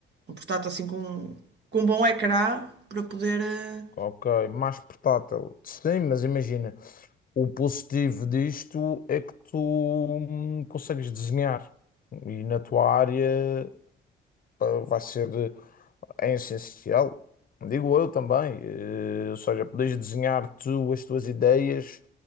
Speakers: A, on the right; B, on the left.
A: um portátil assim com, com um bom ecrã para poder. eh,
B: Ok, mais portátil. Sim, mas imagina. O positivo disto é que tu hum, consegues desenhar e na tua área pá, vai ser eh, é essencial. Digo eu também, eh, ou seja, podes desenhar tu as tuas ideias